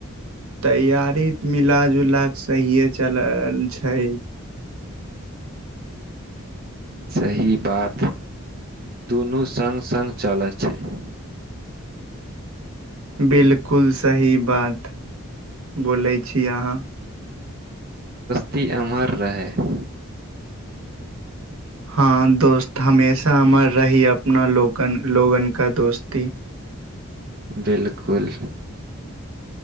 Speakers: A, on the right; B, on the right.
A: तैयारी मिला- जुला के सहिये चलल छै।
B: सही बात, दुनू संग- संग चलै चाही। <inaudible>
A: 'बिलकुल' सही बात। बोलै छी अहाँ।
B: ती अमर रहै। <inaudible>
A: हाँ दोस्त! हमेशा अमर रहि, अपना लोकन लोगन के दोस्त।
B: बिलकुल। <inaudible>